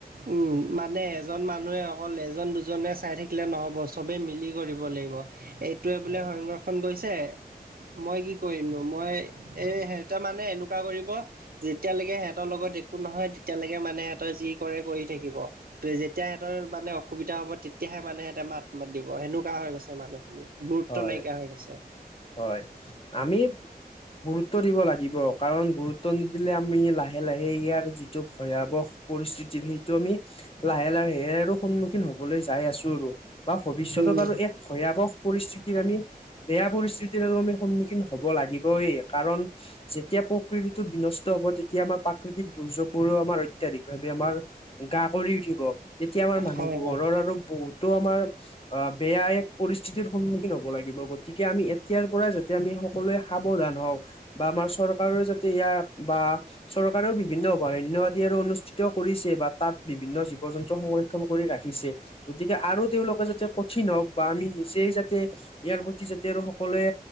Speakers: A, on the right; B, on the left.
A: উম, মানে এজন মানুহে অকল এজন দুজনে চাই থাকিলে নহ'ব, চবেই মিলি কৰিব লাগিব। এইটোৱেই বোলে
B: হয়
A: সংৰক্ষণ কৰিছে মই কি কৰিমনো? মই এই, সিহঁতে মানে এনেকুৱা কৰিব যেতিয়ালৈকে সেহেতৰ লগত একো নহয়, তেতিয়ালৈকে মানে সিহঁতৰ যি কৰে কৰি থাকিব। যেতিয়া সিহতৰ মানে অসুবিধা হ'ব, তেতিয়াহে মানে হেতে মাত মাতিব, সেনেকুৱা হৈ গৈছে মানুহখিনি। গুৰুত্ব
B: হয়
A: নাইকিয়া হৈ গৈছে।
B: হয়, আমি গুৰুত্ব দিব লাগিব, কাৰণ গুৰু <unintelligible> নিদিলে, আমি লাহে লাহে ইয়াৰ যিটো ভয়াৱহ পৰিস্থিতিৰ, সেইটো আমি লাহে লাহে আৰু সন্মুখীন হ'বলৈ যাই আছোঁ আৰু। বা ভৱিষ্যতত
A: উম
B: আৰু এক ভয়াৱহ পৰিস্থিতিৰ আমি বেয়া পৰিস্থিতিৰ আৰু আমি সন্মুখীন হ'ব লাগিবই, কাৰণ যেতিয়া প্ৰকৃতিটো বিনষ্ট হ'ব, তেতিয়া আমাৰ প্ৰাকৃতিক দুৰ্যোগবোৰো আমাৰ অত্যাধিকভাৱে আমাৰ গা কৰি উঠিব। তেতিয়া আমাৰ মানুহবোৰৰ
A: হয় হয়।
B: আৰু বহুতো আমাৰ অ' বেয়া এক পৰি স্থিতিৰ সন্মুখীন হ'ব লাগিব, গতিকে আমি এতিয়াৰ পৰাই যদি আমি সকলোৱে সাৱধান হওঁ বা আমাৰ চৰকাৰেও যাতে ইয়াক বা চৰকাৰেও বিভিন্ন অভয়াৰণ্য আদি আৰু অনুষ্ঠিত কৰিছে বা তাত বিভিন্ন জীৱ জন্তু সংৰ কম কৰি ৰাখিছে গতিকে আৰু তেওঁলোকে যাতে কঠিন হওঁক বা আমি সেই যাতে ইয়াৰ প্ৰতি যাতে আৰু সকলোৱে